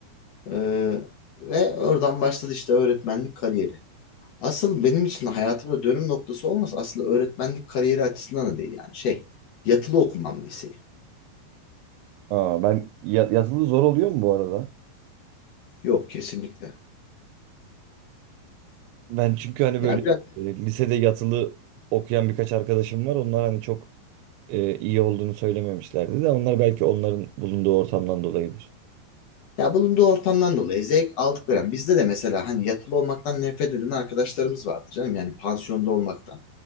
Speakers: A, on the left; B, on the right.
A: Ee, ve oradan başladı işte öğretmenlik kariyeri. Asıl benim için hayatımda dönüm noktası olmasa aslında öğretmenlik kariyeri açısından da değil yani şey. Yatılı okumam liseyi.
B: Aa, ben ya- yatılı zor oluyor mu bu arada?
A: Yok kesinlikle.
B: Ben çünkü hani
A: Ya
B: böyle
A: biraz
B: e, lisede yatılı okuyan birkaç arkadaşım var. Onlar hani çok e, iyi olduğunu söylememişlerdi de onlar belki onların bulunduğu ortamdan dolayıdır.
A: ya bulunduğu ortamdan dolayı zevk aldıkları. Yani bizde de mesela hani yatılı olmaktan nefret eden arkadaşlarımız vardı canım. Yani pansiyonda olmaktan.